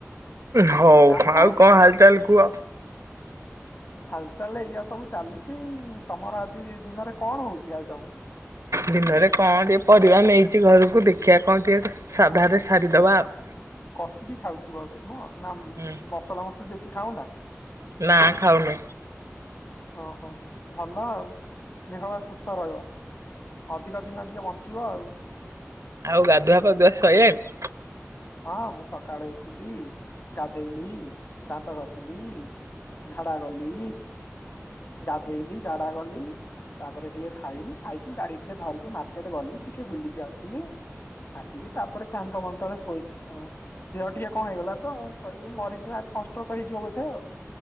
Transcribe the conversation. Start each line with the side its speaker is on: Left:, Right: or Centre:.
Right: ହଉ ଆଉ
Left: ଆସ।
Right: କଣ ହାଲଚାଲ କୁହ?
Left: ହାଲଚାଲ ଏଇୟଆ ସବୁ ଚାଲିଛି ତମର ଆଜି ଦିନରେ କଣ ହଉଛି ଆଇଟମ୍?
Right: ଦିନରେ କଣ ଟିକେ ପରିବା ନେଇଛି ଘରକୁ ଦେଖିବା କଣ ଟିକେ ସାଧାରେ ସାରିଦେବା ଆଉ।
Left: କଷିକି ଖାଉଥୁବ ଏବେ ନୁହଁ। ନା ଉମ
Right: ହୁଁ
Left: ମସଲା ମସଲୀ ବେଶୀ ଖାଉନା?
Right: ନା ଖାଉନୁ
Left: ଓହୋ ଭଲ ଆଉ ଦେହ ପା ସୁସ୍ଥ ରହିବ। ଅଧିକ ଦିନ ଟିକେ ବଞ୍ଚିବ ଆଉ।
Right: ଆଉ ଗାଧୁଆ ପାଧୁଆ ସଇଲାଣି?
Left: ହଁ ମୁଁ ସକାଳେ ଉଠିଲି ଗାଧେଇଲି ଦାନ୍ତ ଘସିଲି। ଝାଡା ଗଲି, ଗାଧେଇଲି ଝାଡା ଗଲି। ତାପରେ ଟିକେ ଖାଇଲିି ଖାଇକି ଗାଡି ଟିକେ ଧରିକି ମାର୍କେଟ ଗଲି ଟିକେ ବୁଲିକି ଆସିଲି। ଆସିକି ତାପରେ ଫ୍ୟାନ ପବନ ତଳେ ଶୋଇଛି। ଓ, ଦେହ ଟିକେ କଣ ହେଇଗଲା ତ ମୁଁ କହିଲି ମରିଯିବା ସନଷ୍ଟୋକ ହେଇଯିବ ବୋଧେ ଆଉ।